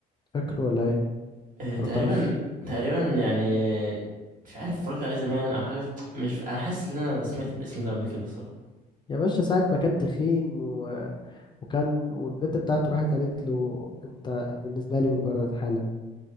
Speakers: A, on the left (about 25°); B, on the right (about 50°).
A: فاكره ولا ايه
B: آه تقريبا
A: انا متعرفش
B: تقريبا يعني مش عارف اتفرجت عليه زمان او حاجه مش انا حاسس ان انا سمعت الاسم ده قبل كده صراحه
A: يا باشا ساعة ما كان تخين و... وكان والبت بتاعته راحت قالت له انت بالنسبة لي مجرد حالة